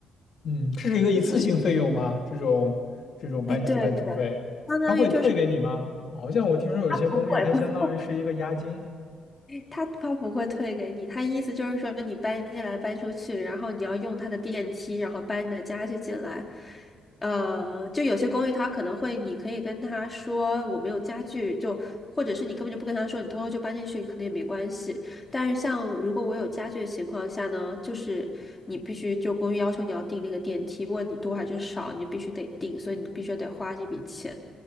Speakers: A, on the left; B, on the left.
A: 嗯，这是一个一次性费用吗？
B: 那你，
A: 这种这种搬进搬出费，
B: 哎，对对，相当于就是。
A: 他会退给你吗？好像我听说有一些公寓，
B: 他不会。
A: 它相当于是一个押金。
B: 不。他他不会退给你，他意思就是说你搬进来搬出去，然后你要用他的电梯，然后搬你的家具进来。呃，就有些公寓他可能会，你可以跟他说我没有家具，就或者是你根本就不跟他说，你偷偷就搬进去，可能也没关系。但是像如果我有家具的情况下呢，就是你必须就公寓要求你要订那个电梯，不管你多还是少，你必须得订，所以你必须得花这笔钱。